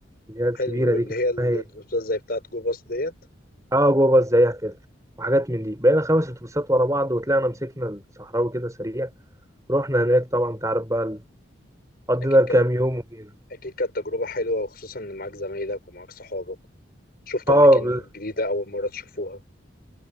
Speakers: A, on the right; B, on the left.
A: هي الكبيره
B: حلو
A: دي
B: اللي
A: كده
B: هي الأوتوبيسات
A: اسمها ايه
B: زي بتاعة جو باص ديت
A: اه جو باص زيها كده وحاجات من دي بقينا خمس اتوبيسات ورا بعض وطلعنا مسكنا الصحراوي كده سريع رحنا هناك طبعا تعرف بقى ال- قضينا
B: أكيد
A: الكام
B: ك...
A: يوم وجينا
B: أكيد كانت تجربة حلوة وخصوصا إن معاك زمايلك ومعاك صحابك، شفتوا
A: اه
B: أماكن جديدة أول مرة تشوفوها.